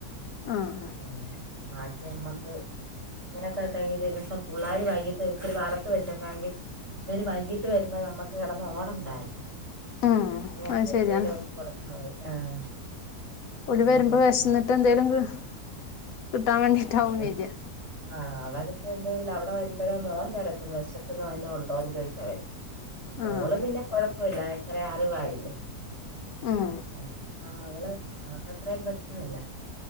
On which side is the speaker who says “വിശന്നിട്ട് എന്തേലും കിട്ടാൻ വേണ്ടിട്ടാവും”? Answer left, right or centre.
Left